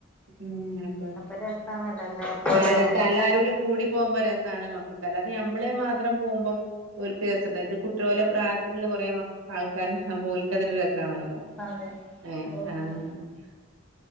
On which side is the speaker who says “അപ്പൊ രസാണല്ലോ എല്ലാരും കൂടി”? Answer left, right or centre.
Centre